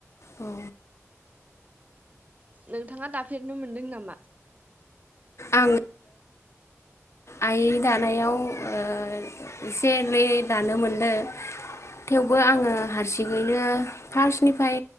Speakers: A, on the left; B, on the right.
A: औ
B: नोंथाङा दाफेरनो मोनदों नामा?
A: आङो आइ दानायाव ओ एसे एनै दानो मोनदो थेवबो आङो हारसिङैनो फार्स्टनिफ्राय